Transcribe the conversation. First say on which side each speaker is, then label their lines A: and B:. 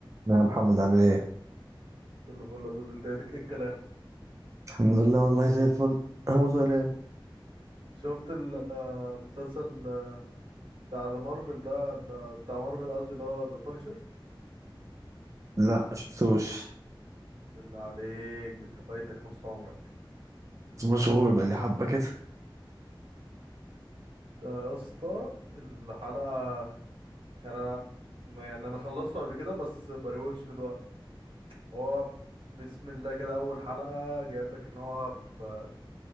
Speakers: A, on the right (about 35°); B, on the right (about 85°).
A: نعم محمد عامل ايه؟
B: كله فل لذيذ انت ايه الكلام
A: الحمد لله والله زي الفل هموت وانام
B: شفت المسلسل بتاع ذا مارفل ده ال- بتاع مارفل قصدي اللي هو ذا بانشر
A: لا شفتوش
B: بالله عليك ده انت فايتك نص عمرك
A: مشغول بقى لي حبة كده
B: ده يا اسطى الحلقة يعني انا ما- يعني انا خلصته قبل كده بس بريوتش دلوقتي هو ب- بسم الله كده اول حلقة جايب لك ان هو في